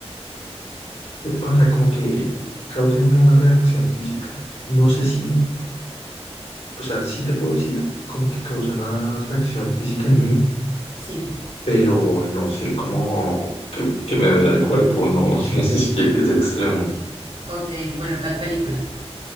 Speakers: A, on the left (about 75°); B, on the right (about 75°).
A: Eh, O sea, como que causa en mí una reacción física. No sé si, o sea, sí te puedo decir como que causa una reacción física en mí,
B: Sí.
A: pero no sé cómo que, que me duele el cuerpo, no, <laughs> no sé si llegue a ese extremo.
B: Ok, bueno, ¿cuál película?